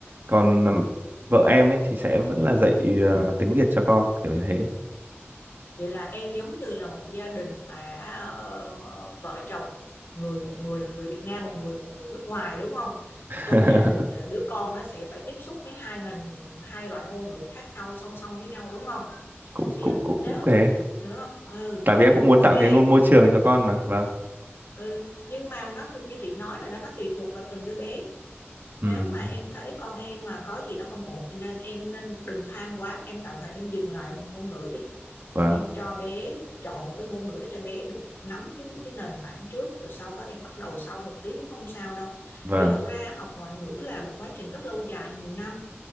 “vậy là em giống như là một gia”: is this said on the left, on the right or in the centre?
Left